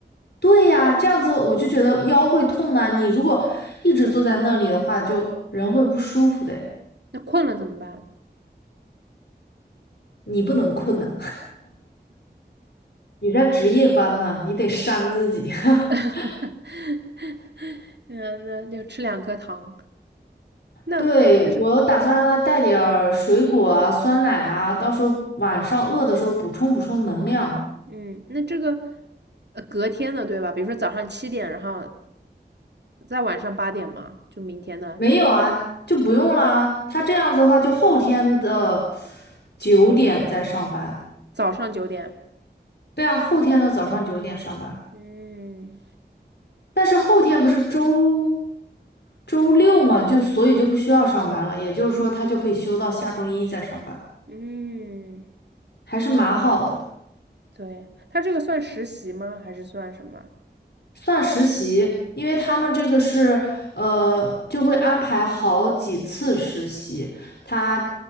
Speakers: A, on the left; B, on the right.
A: 对呀，这样子我就觉得腰会痛呐、你如果一直坐在那里的话，就人会不舒服的诶
B: 那困了怎么办？
A: 你不能困呐、<laughs> 你在值夜班呢、你得扇自己。<laughs>
B: <laughs> 那那就吃两颗糖。
A: 对，
B: 那就是，
A: 我打算让他带点儿水果啊、酸奶啊，到时候晚上饿的时候补充补充能量。
B: 嗯，那这个呃隔天的对吧？比如说早上七点，然后在晚上八点嘛，就明天的
A: 没有啊，就不用啦。他这样子的话，就后天的九点再上班。
B: 早上九点。
A: 对啊，后天的早上九点上班，
B: 嗯
A: 但是后天不是周周六嘛，就所以就不需要上班了，也就是说他就可以休到下周一再上班，
B: 嗯
A: 还是蛮好的。
B: 对，他这个算实习吗？还是算什么？
A: 算实习，因为他们这个是呃，就会安排好几次实习。他